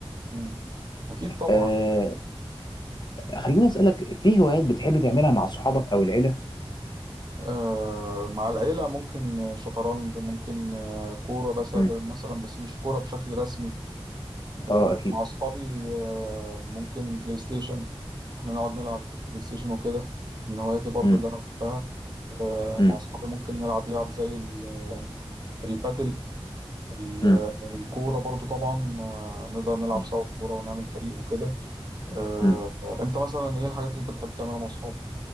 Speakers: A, on the right; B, on the left.
A: مم. أكيد طبعا
B: أه... خليني اسألك في هوايات بتحب تعملها مع صحابك او العيلة؟
A: آه مع العيلة ممكن شطرنج ممكن آه كورة بس
B: امم
A: مثلا بس مش كورة بشكل رسمي آه
B: اه اكيد
A: مع أصحابي آه ممكن بلاي ستيشن إحنا نقعد نلعب بلاي ستيشن وكده من هواياتي برضو
B: امم
A: اللي أنا بحبها آه
B: مم.
A: مع أصحابي ممكن نلعب لعب زي ال- البادل ال-
B: مم.
A: الكورة برضو طبعا آه نقدر نلعب
B: مم.
A: سوا كورة ونعمل فريق وكده آه،
B: مم.
A: انت مثلا ايه الحاجات اللي انت بتحب تعملها مع اصحابك